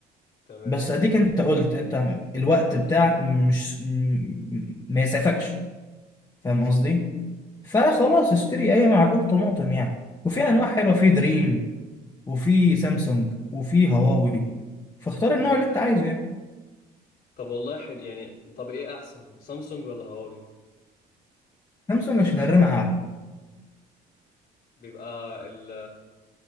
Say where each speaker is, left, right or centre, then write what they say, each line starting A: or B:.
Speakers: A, on the left; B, on the left.
A: تمام
B: بس اديك انت قلت انت الوقت بتاعك مش م- ما يسعفكش فاهم
A: مم. صحيح
B: قصدي فخلاص اشتري اي معجون طماطم يعني وفي انواع حلوه في دريم وفي سامسونج وفي هواوي فاختار النوع
A: مم.
B: اللي انت عايزه يعني
A: طب والله حلو يعني طب ايه احسن سامسونج ولا هواوي
B: سامسونج عشان الرامه اعلى
A: بيبقى ال...